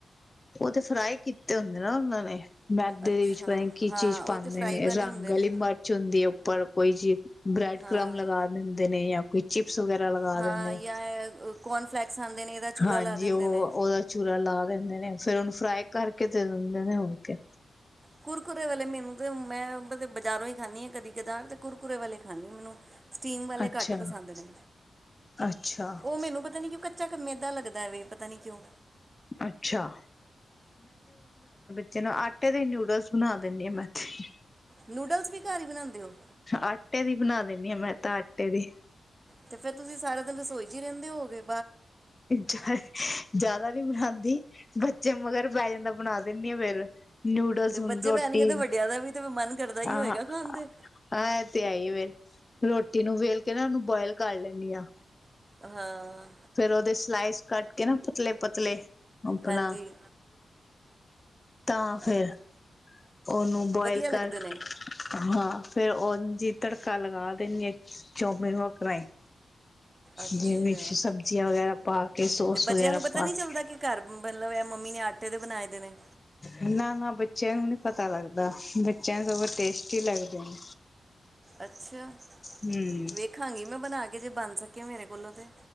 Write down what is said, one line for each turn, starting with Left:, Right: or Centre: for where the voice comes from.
Left: ਉਹ ਤੇ ਫਰਾਈ ਕੀਤੇ ਹੁੰਦੇ ਨਾ ਉਹਨਾਂ ਨੇ। ਮੈਦੇ
Right: ਅੱਛਾ
Left: ਦੇ ਵਿੱਚ ਪਤਾ ਕੀ
Right: ਹਾਂ
Left: ਚੀਜ਼
Right: ਉਹ
Left: ਪਾਉਂਦੇ
Right: ਤੇ ਫਰਾਈ
Left: ਨੇ
Right: ਵਾਲੇ
Left: ਰੰਗ
Right: ਹੁੰਦੇ
Left: ਵਾਲੀ
Right: ਨੇ
Left: ਮਿਰਚ ਹੁੰਦੀ ਹੈ। ਉੱਪਰ ਕੋਈ ਜੀ ਬ੍ਰੈਡ
Right: ਹਾਂ
Left: ਕ੍ਰਮ ਲਗਾ ਦਿੰਦੇ ਨੇ ਜਾਂ ਕੋਈ ਚਿਪਸ ਵਗੈਰਾ ਲਗਾ
Right: ਹਾਂ
Left: ਦਿੰਦੇ ਨੇ।
Right: ਜਾਂ ਇਹ ਕੌਰਨਫਲੈਕਸ ਆਉਂਦੇ ਨੇ ਇਹਦਾ ਚੂੜਾ
Left: ਹਾਂਜੀ
Right: ਲਾ ਦਿੰਦੇ
Left: ਉਹ
Right: ਨੇ
Left: ਉਹਦਾ ਚੂਰਾ ਲਾ ਦਿੰਦੇ ਨੇ ਫੇਿਰ ਉਹਨੂੰ। ਫਰਾਈ ਕਰਕੇ ਦੇ ਦਿੰਦੇ ਨੇ ਹੋਰ ਕਿਆ।
Right: ਕੁਰਕੁਰੇ ਵਾਲੇ ਮੈਨੂੰ ਤੇ ਮੈਂ ਬਾਜ਼ਾਰੋਂ ਹੀ ਖਾਂਦੀ ਆ ਕਦੀ ਕਦਾਰ ਤੇ ਕੁਰਕੁੁਰੇ ਵਾਲੇ ਖਾਂਦੀ ਮੈਨੂੰ। ਸਟੀਮ ਵਾਲੇ
Left: ਅੱਛਾ
Right: ਘੱਟ ਪਸੰਦ ਨੇ।
Left: ਅੱਛਾ
Right: ਉਹ ਮੈਨੂੰ ਪਤਾ ਨੀ ਕਿ ਕੱਚਾ ਮੈਦਾ ਲੱਗਦਾ ਪਤਾ ਨੀ ਕਿਉਂ।
Left: ਅੱਛਾ ਜਿਨੂੰ ਆਟੇ ਦੇ ਨੂਡਲਸ ਬਣਾ ਦਿੰਦੀ ਆ ਮੈ ਤੇ
Right: ਨੂਡਲਸ ਵੀ ਘਰ ਹੀ ਬਣਾਉਂਦੇ ਹੋ।
Left: ਆਟੇ ਦੀ ਬਣਾ ਦੇਂਦੀ ਆ। ਮੈਂ ਤਾਂ ਆਟੇ ਦੀ
Right: ਤੇ ਫੇਰ ਤੁਸੀਂ ਸਾਰਾ ਦਿਨ ਰਸੋਈ। ਜੀ ਰਹਿੰਦੇ ਹੋ ਗਏ।
Left: ਜਿਆਦਾ ਨੀ ਬਣਾਉਂਦੀ ਬੱਚੇ ਮਗਰ। ਪੈ ਜਾਂਦਾ ਬਣਾ ਦਿੰਦੀ ਆ ਫੇਰ। ਨੂਡਲਸ
Right: ਤੇ
Left: ਹੁਣ
Right: ਬੱਚੇ
Left: ਰੋਟੀ
Right: ਬਹਿਣਗੇ ਤੇ ਵੱਡਿਆਂ ਦਾ ਵੀ ਤੇ ਮਨ ਕਰਦਾ ਹੀ
Left: ਆ
Right: ਹੋਏਗਾ ਖਾਣ ਦੇ
Left: ਆਹ ਇਹ ਤੇ ਆਈ ਵ ਰੋ। ਰੋਟੀ ਨੂੰ ਵੇਲ ਕੇ ਨਾ ਉਹਨੂੰ ਬੋਇਲ ਕਰ ਲੈਂਦੀ ਆਾਂ।
Right: ਹਾਂ।
Left: ਫੇਰ ਉਹਦੇ ਸਲਾਈਸ ਕੱਟ ਕੇ ਨਾ ਪਤਲੇ ਪਤਲੇ ਅਪਨਾ।
Right: ਹਾਂਜੀ
Left: ਤਾਂ ਫਿਰ।
Right: ਅ-
Left: ਉਹਨੂੰ ਬੋਆਇਲ
Right: ਵਧੀਆ ਲੱਗਦੇ
Left: ਕਰ
Right: ਨੇ
Left: ਹਾਂ। ਫਿਰ ਉਂਜ ਹੀ ਤੜਕਾ ਲਗਾ ਦਿੰਦੀ ਹ <unintelligible>
Right: ਅੱਛਾ
Left: ਜਿਵੇ ਵਿੱਚ ਸਬਜ਼ੀਆਂ ਵਗੈਰਾ ਪਾ ਕੇ ਸੋਸ
Right: ਤੇ ਬੱਚਿਆਂ
Left: ਵਗੈਰਾ
Right: ਨੂੰ ਪਤਾ
Left: ਪਾ
Right: ਨਹੀਂ ਚੱਲਦਾ
Left: ਕੇ।
Right: ਕਿ ਘਰ ਮਤਲਬ ਇਹ ਮੰਮੀ ਨੇ ਆਟੇ ਦੇ ਬਣਾਏ ਦੇ ਨੇ
Left: ਨਾ- ਨਾ ਬੱਚਿਆਂ ਨੂੰ ਨੀ ਪਤਾ ਲੱਗਦਾ ਬੱਚਿਆਂ ਨੂੰ ਬਹੁਤ ਟੇਸਟੀ ਲੱਗਦੇ ਨੇ।
Right: ਅੱਛਾ
Left: ਹੂੰ
Right: ਵੇਖਾਂਗੀ ਮੈਂ ਬਣਾ ਕੇ। ਜੇ ਬਣ ਸਕੇਏ ਮੇਰੇ। ਕੋਲੋਂ ਤੇ